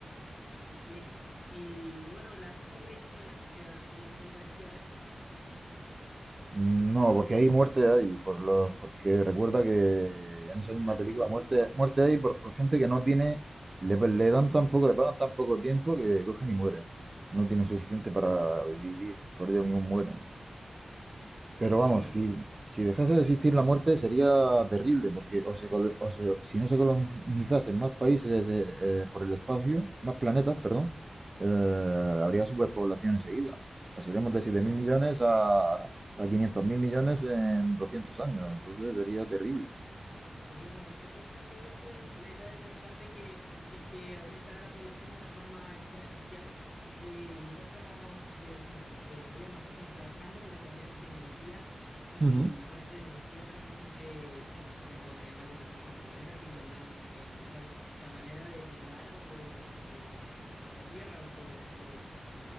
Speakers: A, on the left (about 45°); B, on the right (about 35°).
A: <laughs> sí. Y bueno, las, ¿cómo creéis que fue la sociedad? ¿Sería algo parecido a eso?
B: No, porque hay muerte ahí, por los, porque recuerda que en esa misma
A: Ah,
B: película
A: sí, vos.
B: muerte, muerte hay por, por gente que no tiene, le, le dan tan poco, le pagan tan poco tiempo que cogen y mueren. No tienen suficiente para vivir, por ello mismo mueren. Pero vamos,
A: Eh,
B: si, si dejase de existir la muerte sería terrible, porque o se colo- o se- si no se colonizasen más países eh, eh, por el espacio, más planetas, perdón,
A: ujú.
B: eh, habría superpoblación enseguida. Pasaríamos de
A: Sí,
B: siete
A: vos.
B: mil millones a, a quinientos mil millones en 200 años, entonces sería terrible.
A: Sería una buena propuesta en todo caso el- la idea de pensar de que si es que aumentara la población de una forma exponencial, eh, llegásemos de, bueno, eh, habría más personas trabajando, por ende habría más tecnología y
B: Ujú.
A: con esa tecnología también, eh, bueno, también se agotarían más los recursos en este planeta, así que tendríamos que encontrar la manera de poblar otro, otro, otra tierra, otro, otro,